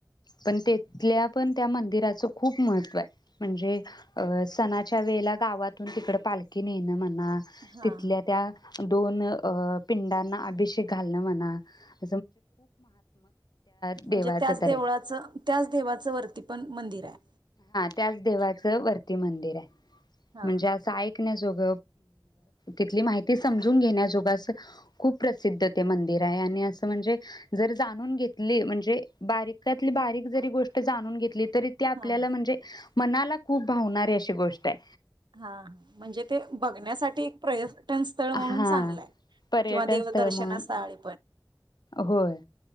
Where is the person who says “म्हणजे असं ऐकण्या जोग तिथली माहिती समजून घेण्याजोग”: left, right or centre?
Left